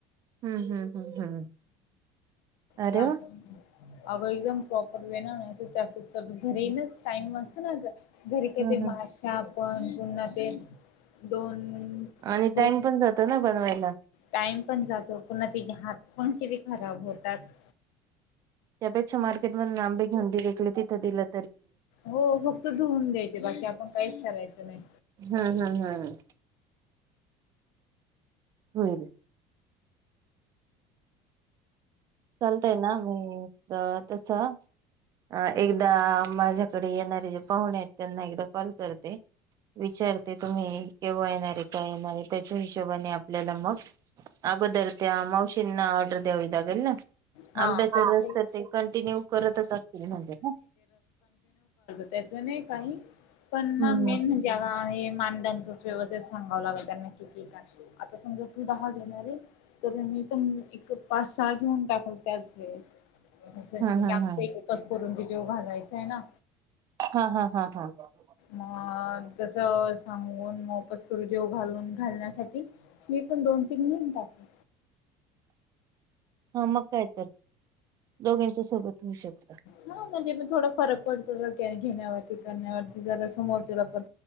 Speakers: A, on the right; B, on the left.
A: हम्म हम्म हम्म हम्म. <inaudible> आरे
B: त्यामुळे
A: वा!
B: अगं एकदम प्रॉपर वे ना असं जास्तच गं घरी येई ना टाईम असतो ना अता घरी का
A: हम्
B: ते
A: हम
B: माशा पण पुन्हा ते दोन
A: आणि
B: दोन
A: टाइम पण जातो ना बनवायला.
B: टाइम पण जातो पुन्हा तिचे हात पण किती खराब होतात.
A: त्यापेक्षा मार्केट मधन आंबे घेऊन दिले की तिथं तिल
B: हो फक्त धुवून द्यायचे बाकी आपण काहीच करायचं नाही.
A: हा हा हा हा. होय. चालतय ना मी अ तस अ एकदा माझ्याकडे येणारे जे पाहुणे आहेत त्यांना एकदा कॉल करते. विचारते? तुम्ही केव्हा येणारे? काय येणारे? त्याच्या हिशोबाने आपल्याला मग आगोदर त्या मावशींना आर्डर द्यावी लागेल.
B: हा
A: आंब्याच
B: माझी
A: रस तर ते कंटिन्यू करतच असतील ना म्हणजे
B: त्याच नाही काही पण ना
A: हम्म
B: मेन
A: हम्म.
B: म्हणजे हा आहे मांडांच व्यवस्थित सांगाव लागल त्यांना किती? काय? आता समजा तू दहा घेणार आहे तर मी पण एक पाच, सहा घेऊन टाकल त्याच वेळेस. असं
A: हा
B: हाय
A: हा
B: की आमच
A: हा
B: एक उप <unintelligible> ति जेवू घालायची आहे ना.
A: हा हा हा हा.
B: मग तस सांगून म <unintelligible> जेवू घालून घालण्यासाठी तुम्ही पण दोन, तीन मिनटात
A: हा मग काय तर दोघींच्या सोबत होऊ शकत.
B: हा म्हणजे मी थोड फरक पडतो. घेण्यावरती, करण्यावरती, जरा समोरच्याला पण.